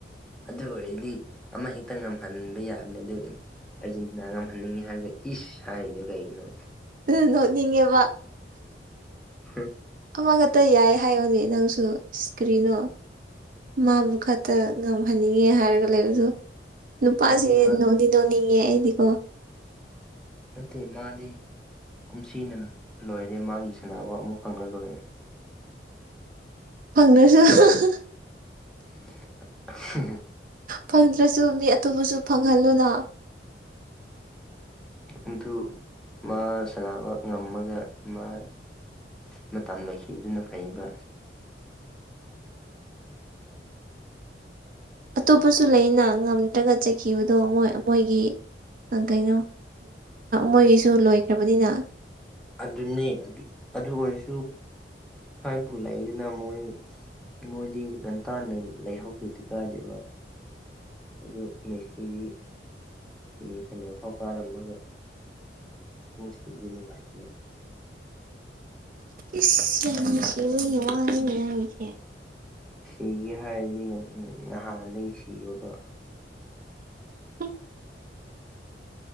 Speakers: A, in the centre; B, on the right.
A: ꯑꯗꯨ ꯑꯣꯏꯔꯗꯤ ꯑꯃ ꯍꯦꯛꯇ ꯉꯝꯍꯟꯕ ꯌꯥꯕꯅꯦ ꯑꯗꯨ ꯑꯔꯖꯦꯟꯇꯤꯅꯥ ꯍꯅꯤꯡꯉꯤ ꯍꯥꯏꯔꯒ ꯏꯁ ꯍꯥꯏꯔꯤꯗꯣ ꯀꯩꯒꯤꯅꯣ
B: ꯑꯗꯨ ꯅꯣꯛꯅꯤꯡꯉꯦꯕꯥ
A: ꯍꯝ
B: ꯍꯣꯢ ꯑꯗꯨ ꯌꯥꯏ ꯍꯥꯏꯌꯣꯅꯦ ꯅꯪꯁꯨ ꯏꯁ ꯀ꯭ꯔꯤꯅꯣ ꯃꯥꯕꯨ ꯈꯛꯇ ꯉꯝꯍꯟꯅꯤꯡꯉꯦ ꯍꯥꯏꯔꯒ ꯂꯩꯕꯗꯣ ꯅꯨꯄꯥꯁꯤꯡꯁꯦ
A: ꯍꯥꯏꯗꯤ ꯃꯥ
B: ꯅꯣꯛꯗꯤ ꯅꯣꯡꯅꯤꯡꯉꯦ ꯑꯩꯗꯤꯀꯣ
A: ꯅꯠꯇꯦ ꯃꯥꯗꯤ ꯀꯨꯝꯁꯤꯅ ꯂꯣꯏꯔꯦ ꯃꯥꯒꯤ ꯁꯥꯟꯅꯕ ꯑꯃ ꯐꯪꯉꯔꯣꯢ
B: ꯐꯪꯗ꯭ꯔꯁꯨ <unintelligible>
A: <unintelligible>
B: ꯐꯪꯗ꯭ꯔꯁꯨ ꯃꯤ ꯑꯇꯣꯞꯄꯁꯨ ꯐꯪꯍꯜꯂꯨꯅ
A: ꯑꯗꯨ ꯃꯥ ꯁꯥꯟꯅꯕ ꯉꯝꯃꯒ ꯃꯥ ꯃꯇꯝ ꯂꯣꯢꯈꯤꯕꯗꯨꯅ ꯐꯩꯑꯦꯕ <inaudible>
B: ꯑꯇꯣꯞꯄꯁꯨ ꯂꯩꯅ ꯉꯝꯗ꯭ꯔꯒ ꯆꯠꯈꯤꯕꯗꯣ ꯃꯣꯏ ꯃꯣꯏꯒꯤ ꯀꯩꯅꯣ ꯃꯣꯏꯒꯤꯁꯨ ꯂꯣꯏꯈ꯭ꯔꯕꯅꯤꯅ
A: ꯑꯗꯨꯅꯤ ꯑꯗꯨ ꯑꯣꯏꯔꯁꯨ ꯍꯥꯏꯕꯨ ꯂꯩꯗꯨꯅ ꯃꯣꯏ ꯃꯣꯏꯗꯤ ꯉꯟꯇꯥꯥꯟꯅ ꯂꯩꯍꯧ ꯗꯨꯗꯤ ꯀꯥꯢꯗꯦꯕ ꯑꯗꯨ ꯃꯦꯁꯤꯒꯤ ꯁꯤꯃꯤ ꯐꯥꯢꯅꯦꯜ ꯐꯥꯎ ꯀꯥꯔꯝꯃꯒ ꯄꯣꯈꯤꯕꯗꯤ ꯅꯨꯡꯉꯥꯏꯇꯦ <inaudible> <inaudible>
B: ꯏꯁ ꯌꯥꯝ ꯅꯨꯡꯁꯤꯕꯒꯤ ꯋꯥꯅꯤꯅꯦ ꯍꯥꯢꯁꯦ
A: ꯁꯤꯒꯦ ꯍꯥꯏꯔꯗꯤ ꯅꯍꯥꯟꯗꯒꯤ ꯁꯤꯔꯕ
B: <inaudible>